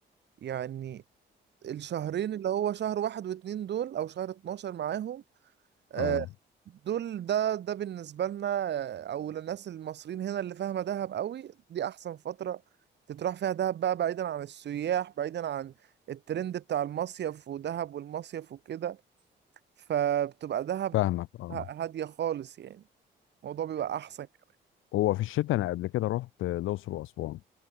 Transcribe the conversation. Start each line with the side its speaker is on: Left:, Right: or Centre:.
Right: يعني الشهرين اللي هو شهر واحد واتنين دول او شهر 12 معاهم آه،
Left: اه
Right: دول ده ده بالنسبة لنا آه، أو للناس المصريين هنا اللي فاهمة دهب قوي دي أحسن فترة تتراح فيها دهب بقى بعيدا عن السياح بعيدا عن الترند بتاع المصيف ودهب والمصيف وكده فبتبقى دهب
Left: فاهمك اه
Right: ه- هادية خالص يعني الموضوع بيبقى أحسن كمان
Left: هو في الشتاء انا قبل كده رحت الاقصر واسوان